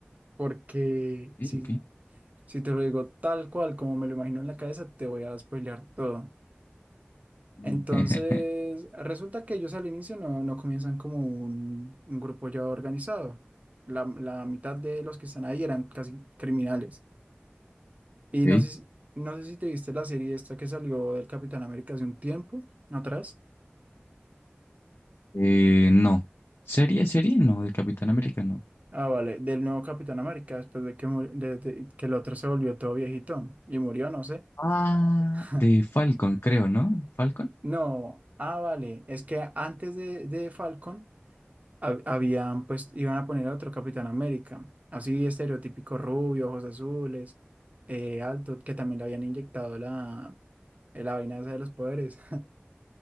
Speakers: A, on the right; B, on the left.
A: porque
B: Sí,
A: si,
B: ok.
A: si te lo digo tal cual como me lo imagino en la cabeza, te voy a spoilear todo.
B: Mm.
A: Entonces,
B: <laughs>
A: resulta que ellos al inicio no, no comienzan como un, un grupo ya organizado. La, la mitad de los que están ahí eran casi criminales. Y
B: Ok.
A: no sé, si- no sé si te viste la serie esta que salió del Capitán América hace un tiempo ¿no atrás.
B: Eh, no. ¿Serie, serie? No, de Capitán América, no.
A: Ah, vale, del nuevo Capitán América, después de que, mur- de- de- que el otro se volvió todo viejito y murió, no sé.
B: Ah,
A: <laughs>
B: de Falcon, creo, ¿no? ¿Falcon?
A: No, ah, vale, es que antes de, de Falcon hab- habían, pues, iban a poner a otro Capitán América, así estereotípico rubio, ojos azules, eh, alto, que también le habían inyectado la, eh, la vaina esa de los poderes.